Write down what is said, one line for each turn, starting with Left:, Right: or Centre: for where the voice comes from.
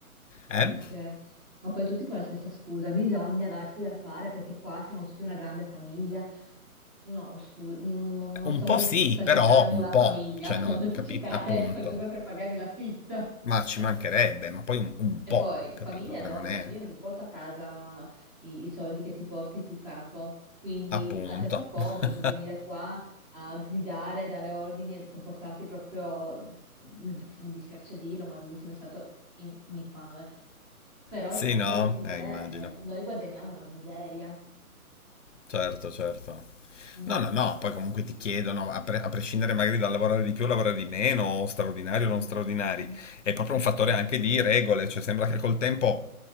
Left: Eh?
Centre: Sì, sì. Ma poi tutti con la stessa scusa. Bisogna darsi da fare perché qua siamo tutti una grande famiglia. No, scusa, non, non
Left: Un
Centre: sono
Left: po'
Centre: venuta
Left: sì,
Centre: a
Left: però
Centre: cercarmi
Left: un
Centre: una
Left: po',
Centre: famiglia,
Left: cioè
Centre: <laughs> sono
Left: non
Centre: venuta
Left: capito,
Centre: a cercare
Left: appunto.
Centre: qualcosa per pagarmi l'affitto.
Left: Ma ci
Centre: <laughs>
Left: mancherebbe, ma poi un, un
Centre: E
Left: po',
Centre: poi
Left: capito?
Centre: famiglia
Left: Poi
Centre: dove?
Left: non è
Centre: Io non mi porto a casa i, i soldi che ti porti tu capo, quindi
Left: appunto.
Centre: a te fa comodo
Left: <laughs>
Centre: venire qua a gridare, a dare ordini e comportarti proprio, mi, mi dispiace dirlo, ma l'ultimo è stato in- un infame. Però
Left: Sì,
Centre: tu non
Left: no?
Centre: pensi
Left: Eh,
Centre: che
Left: immagino.
Centre: eh, noi guadagniamo una miseria?
Left: Certo, certo.
Centre: Mm,
Left: No, no, no, poi comunque ti chiedono, a, pre- a prescindere magari dal lavorare di più o lavorare di meno, o straordinari o non
Centre: mm,
Left: straordinari,
Centre: mm, mm.
Left: è proprio un fattore anche di regole, cioè sembra che col tempo